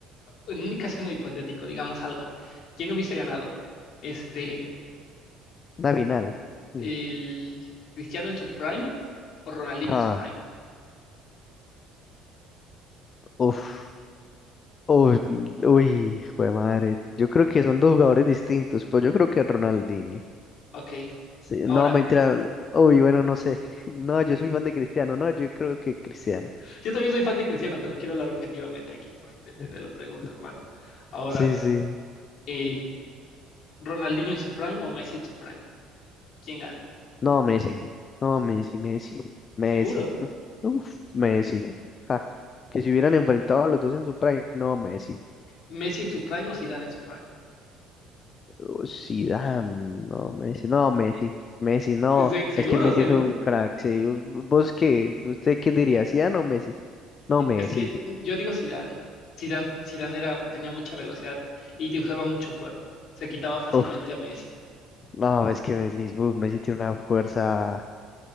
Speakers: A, on the left; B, on the left.
A: en un caso hipotético, digamos algo, ¿quién hubiese ganado? Este,
B: una final. Mm.
A: el Cristiano en su prime o Ronaldinho
B: Ah,
A: en su prime.
B: uf, uf, uy, jue madre. Yo creo que son dos jugadores distintos, pero yo creo que Ronaldinho.
A: Ok,
B: Sí,
A: ahora,
B: no, mentira, uy, bueno, no sé. <laughs> No, yo soy fan de Cristiano, no, yo creo que Cristiano.
A: yo también soy fan de Cristiano, pero quiero hablar objetivamente aquí, pues, te, te-
B: <laughs>
A: te lo pregunto, hermano. Ahora,
B: Sí, sí.
A: eh, ¿Ronaldinho en su prime o Messi en su prime? ¿Quién gana?
B: No, Messi. No, Messi, Messi. Messi.
A: Seguro.
B: <laughs> Uf, Messi. Ja, Que si hubieran enfrentado a los dos en su prime, no, Messi.
A: ¿Messi en su prime o Zidane en su prime?
B: Oh, Zidane, no, Messi. No, Messi. Messi, no.
A: Se- seguro,
B: Es que Messi
A: seguro.
B: es un crack. Sí. ¿Vos qué? ¿Usted quién diría? ¿Zidane o Messi? No, Messi.
A: Es que yo digo Zidane. Zidane, Zidane era, tenía mucha velocidad y te usaba mucho cuerpo. Se quitaba fácilmente
B: Uf,
A: a Messi.
B: no, es que Messi, uf, Messi tiene una fuerza